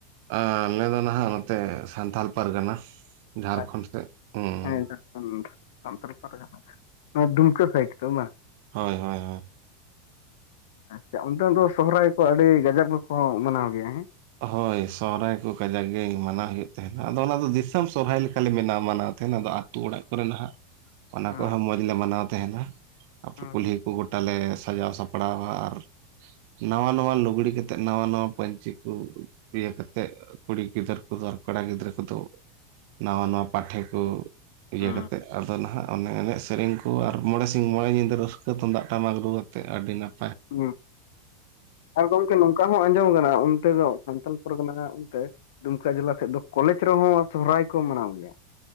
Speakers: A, on the right (about 65°); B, on the left (about 75°).
A: ᱟᱸᱻᱞᱮᱸ ᱫᱚ ᱱᱟᱦᱟᱸᱜ ᱱᱚᱛᱮ ᱥᱟᱱᱛᱷᱟᱞ ᱯᱟᱨᱜᱟᱱᱟ᱾ ᱡᱷᱟᱲᱠᱷᱚᱸᱰ
B: ᱟᱪᱪᱷᱟ
A: ᱥᱮᱫ ᱦᱩᱸ
B: ᱦᱮᱸ ᱡᱷᱟᱨᱠᱷᱚᱱᱰ ᱥᱟᱱᱛᱷᱟᱞ ᱯᱟᱨᱜᱟᱱᱟ <unintelligible> ᱩᱢᱠᱟᱹ ᱥᱟᱭᱤᱴ ᱛᱚ ᱵᱟᱝ?
A: ᱦᱳᱭ, ᱦᱳᱭ, ᱦᱳᱭ ᱾
B: ᱟᱪᱪᱷᱟ ᱚᱱᱛᱮ ᱫᱚ ᱥᱚᱦᱨᱟᱭ ᱠᱚ ᱟᱹᱰᱤ ᱜᱟᱡᱟᱵ ᱜᱮ ᱠᱚ ᱢᱟᱱᱟᱣ ᱜᱮᱭᱟ ᱦᱮᱸ?
A: ᱦᱳᱭ ᱥᱚᱦᱦᱟᱭ ᱠᱚ ᱠᱟᱡᱟᱠ ᱜᱮ ᱢᱟᱱᱟᱜ ᱦᱩᱭᱩᱜ ᱛᱟᱦᱮᱱᱟ ᱟᱫᱚ, ᱚᱱᱟ ᱫᱚ ᱫᱤᱥᱚᱢ ᱥᱚᱦᱨᱟᱭ ᱞᱮᱠᱟᱞᱮ ᱢᱮᱱᱟ ᱢᱟᱱᱟᱣ ᱛᱟᱦᱮᱱᱟ ᱟᱫᱚ? ᱟᱹᱛᱩ ᱚᱲᱟᱜ ᱠᱚᱨᱮ ᱱᱷᱟᱜ, ᱚᱱᱟ
B: ᱦᱩᱸ
A: ᱠᱚ ᱦᱟᱸᱜ ᱚᱸᱡᱽ ᱞᱮ ᱢᱟᱱᱟᱣ ᱛᱟᱦᱮᱱᱟ᱾ <unintelligible>
B: ᱦᱩᱸ
A: ᱠᱩᱞᱦᱤ ᱠᱚ ᱜᱚᱴ <unintelligible> ᱞᱮ ᱥᱟᱡᱟᱣ ᱥᱟᱯᱲᱟᱣᱟ ᱟᱨ ᱱᱟᱣᱟ ᱱᱟᱣᱟ ᱞᱩᱜᱽᱲᱤ ᱠᱟᱛᱮᱜ ᱱᱟᱣᱟ ᱱᱟᱣᱟ ᱯᱟᱹᱧᱪᱤᱠ, <unintelligible> ᱤᱭᱟᱹ ᱠᱟᱛᱮᱜ ᱠᱩᱲᱤ ᱜᱤᱫᱟᱹᱨ <unintelligible> ᱠᱚᱫᱚ ᱟᱨ ᱠᱚᱲᱟ ᱜᱤᱫᱽᱨᱟᱹ ᱠᱚᱫᱚ? ᱱᱟᱣᱟ ᱱᱟᱣᱟ ᱯᱟᱴᱷᱮ ᱠᱚ ᱤᱭᱟᱹ
B: ᱦᱩᱸ
A: ᱠᱟᱛᱮᱜ ᱟᱫᱚ ᱱᱷᱟᱜ ᱚᱱᱮ ᱮᱱᱮᱡ ᱥᱮᱨᱮᱧ ᱠᱚ ᱟᱨ ᱢᱚᱬᱮ ᱥᱤᱧ ᱢᱚᱬᱮ ᱧᱤᱫᱟᱹ ᱨᱟᱹᱥᱠᱟᱹ ᱛᱩᱢᱫᱟᱜ ᱴᱟᱢᱟᱠ ᱨᱩᱼᱟᱛᱮᱜ ᱟᱹᱰᱤ ᱱᱟᱯ
B: <unintelligible> ᱟᱨ ᱜᱚᱝᱠᱮ ᱱᱚ ᱠᱟ ᱦᱚᱸ ᱟᱸᱡᱚᱢ ᱟᱠᱟᱱᱟ ᱚᱱᱛᱮ ᱫᱚ ᱥᱟᱱᱛᱟᱞ ᱯᱟᱨᱜᱟᱱᱟ ᱦᱟᱸᱜ ᱚᱱᱛᱮ? ᱰᱩᱢᱠᱟ ᱡᱮᱞᱟ ᱥᱮᱜ ᱫᱚ ᱠᱚᱞᱮᱡᱽ ᱨᱮᱦᱚᱸ ᱥᱚᱦᱨᱟᱭ ᱠᱚ ᱢᱟᱱᱟᱣ ᱜᱮᱭᱟ᱾